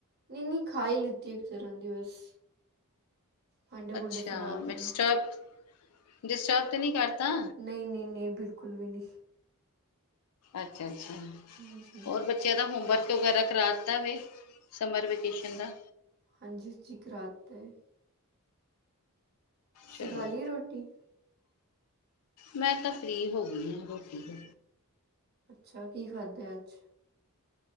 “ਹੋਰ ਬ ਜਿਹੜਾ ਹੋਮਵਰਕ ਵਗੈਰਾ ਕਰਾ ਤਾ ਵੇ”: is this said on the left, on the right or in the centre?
Left